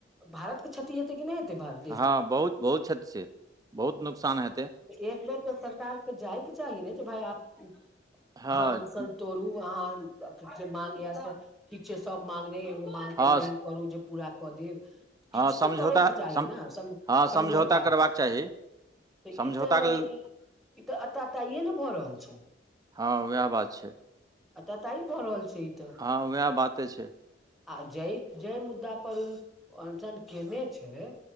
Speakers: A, in the centre; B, on the right.
A: भारत के क्षति हेतै कि नहि हेतै भार- -
B: हँ बहुत -बहुत क्षत्र छै, बहुत नुकसान हेतै- -
A: एक बेर तऽ सरकारके जायके चाही ने जे भाय आब- - अहाँ
B: हँ
A: अनशन तोड़ू अहाँ जे माग या से किछ सब मांगने एो ओ- - हा
B: हँ
A: कोनो एहन करू जे पूरा कऽ देब। किछ
B: हँ समझौता
A: तऽ करयके चाही ने सम
B: हँ
A: समझौता।
B: करबाक चाही
A: त
B: समझौताके
A: ई तऽ
B: लेल
A: ई- - ई तऽ अताताइे ने भऽ रहल छै।
B: हँ उएह बात छै
A: अतताई भऽ रहल छै ई तऽ- -
B: हँ वेएह बाते छैई।
A: आ जे जे मुद्दा पर ओ अनशन केने छैय।